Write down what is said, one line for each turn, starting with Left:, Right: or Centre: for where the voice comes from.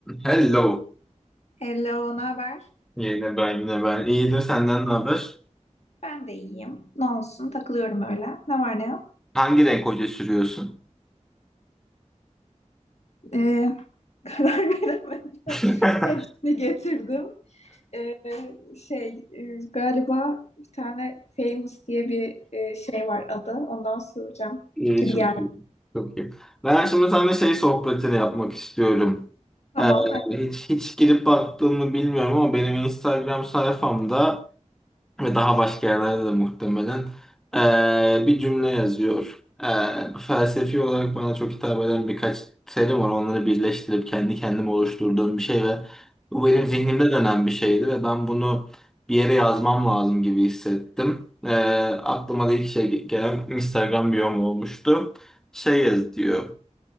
Centre: Hello.
Left: Hello, ne haber?
Centre: Yine ben yine ben. İyidir senden ne haber?
Left: Ben de iyiyim. Ne olsun, takılıyorum öyle. Ne var ne yok.
Centre: Hangi renk hoca sürüyorsun?
Left: Ee, <laughs> karar veremedim.
Centre: <laughs>
Left: Hepsini getirdim. Ee, şey, e, galiba bir tane Famous diye bir e, şey var adı. Ondan soracağım
Centre: İyi
Left: gibi
Centre: çok
Left: geldi.
Centre: iyi. Çok iyi. Ben şimdi sana şey sohbetini yapmak istiyorum.
Left: Tamam,
Centre: Ee,
Left: hadi.
Centre: hiç hiç girip baktığımı bilmiyorum ama benim Instagram sayfamda ve daha başka yerlerde de muhtemelen eee, bir cümle yazıyor. Eee, felsefi olarak bana çok hitap eden birkaç terim var. Onları birleştirip kendi kendime oluşturduğum bir şey ve bu benim zihnimde dönen bir şeydi ve ben bunu bir yere yazmam lazım gibi hissettim. Eee, aklıma da ilk şey gelen Instagram biyom olmuştu. Şey yaz diyor.